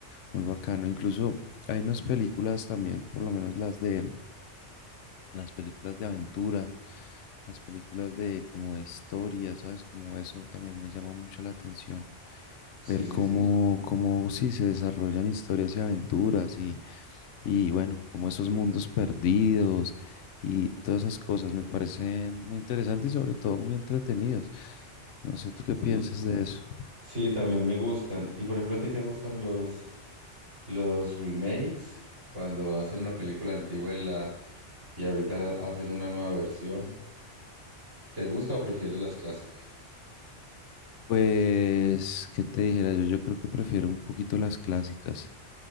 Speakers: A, on the left; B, on the right.
A: muy bacano. Incluso hay unas películas también, por lo menos las de las películas de aventura, las películas de como de historia, ¿sabes? Como eso también me llama mucho la atención.
B: sí,
A: Ver
B: sí,
A: cómo,
B: sí,
A: cómo sí se desarrollan historias y aventuras y, y bueno, como esos mundos perdidos y todas esas cosas me parecen muy interesantes y sobre todo muy entretenidos. No sé, ¿tú qué
B: sí.
A: piensas de eso?
B: Sí, también me gustan. Y por ejemplo, ¿a ti te gustan los, los remakes? Cuando hacen una película antigua y, la, y ahorita hacen una nueva versión. ¿Te gusta o prefieres las clásicas?
A: Pues, ¿qué te dijera yo? Yo creo que prefiero un poquito las clásicas.